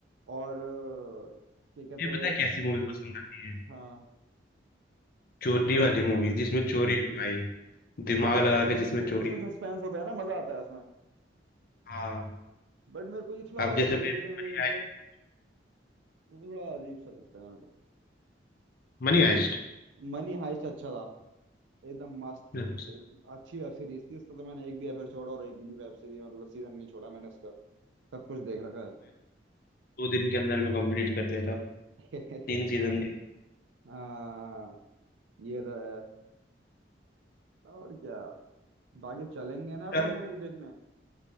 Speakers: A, on the right; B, on the left.
A: और अ, क्या कहते
B: ये पता
A: हैं
B: है कैसी मूवी पसंद आती है
A: हाँ
B: चोरी
A: बताओ
B: वाली मूवी जिसमें चोरी हो भाई दिमाग
A: हाँ
B: लगा के
A: उसमें
B: जिसमें चोरी
A: उसमें सस्पेंस होता है ना मजा आता है उसमें
B: हाँ
A: बट मेरे को ये थोड़ा
B: अब जैसे
A: रेड
B: भाई मनी
A: वेड
B: हाइस्ट
A: वो थोड़ा अजीब सा लगता है मेरे को
B: मनी हाइस्ट
A: मनी हाइस्ट अच्छा था एकदम मस्त
B: मैं
A: एक, अच्छी वेब सीरीज थी उसका तो मैंने एक भी एपिसोड और एक भी वेब सीरीज मतलब सीजन नहीं छोड़ा मैंने उसका सब कुछ देख रखा
B: तो दो दिन के अंदर में कंप्लीट कर दिया था
A: है
B: तीन सीजन देख
A: <laughs> हाँ ये तो है और क्या बाकी चलेंगे ना अपना
B: चल
A: मूवी देखने